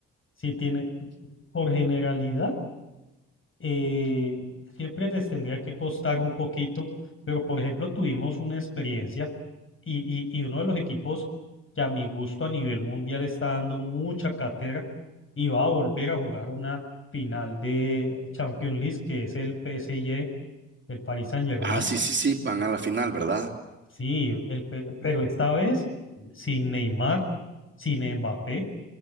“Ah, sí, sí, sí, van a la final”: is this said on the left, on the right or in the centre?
Right